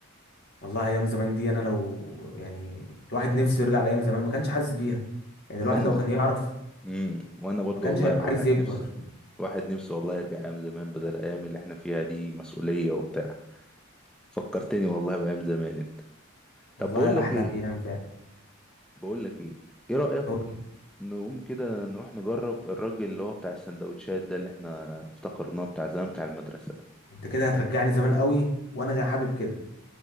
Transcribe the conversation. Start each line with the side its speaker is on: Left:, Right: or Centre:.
Left: والله ايام زمان دي انا لو يعني الواحد نفسه يرجع لايام زمان ما كانش حاسس بيها يعني الواحد
Centre: وانا
Left: لو كان يعرف
Centre: امم وانا برضو
Left: ما كانش
Centre: والله
Left: هيبقى
Centre: الواحد
Left: عايز يكبر
Centre: نفسه الواحد نفسه والله يرجع ايام زمان بدل الايام اللي احنا فيها دي مسؤوليه وبتاع فكرتني والله بايام زمان انت
Left: والله
Centre: طب بقول لك
Left: احلى
Centre: ايه
Left: ايام فعلا
Centre: بقول لك ايه ايه رايك
Left: قول لي
Centre: نقوم كده نروح نجرب الراجل اللي هو بتاع السندوتشات ده اللي احنا افتكرناه بتاع زمان بتاع المدرسه
Left: انت كده هترجعني زمان قوي وانا حابب كده